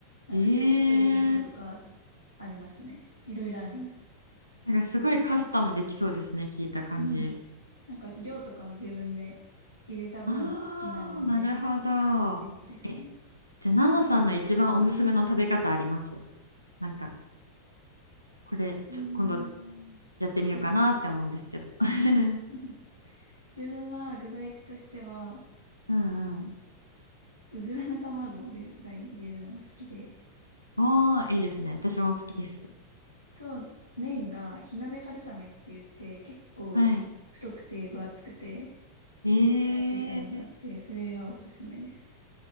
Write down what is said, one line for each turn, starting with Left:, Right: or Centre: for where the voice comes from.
Left: なんか白っぽいのとか
Right: ええー、
Left: ありますね。いろいろあります。
Right: なんかすごいカスタムできそうですね聞いた感じ
Left: うん。なんか量とかも自分で入れた分になるので
Right: ああ、なるほど。
Left: 便利ですね。
Right: え、じゃあ、ナナさんの一番おすすめの食べ方ありますなんか、これ、
Left: うーん。
Right: ちょ、今度やってみようかなって思うんですけど。
Left: で
Right: <laughs>
Left: <laughs> 自分は具材としては、
Right: うんうん。
Left: うずらの卵が入れるのが好きで、
Right: おー、いいですね。私も好きです。
Left: と、麺が火鍋春雨って言って、結構太くて分厚くて、
Right: はい。えー、
Left: もっちもっちしたのがあって、それがおすすめです。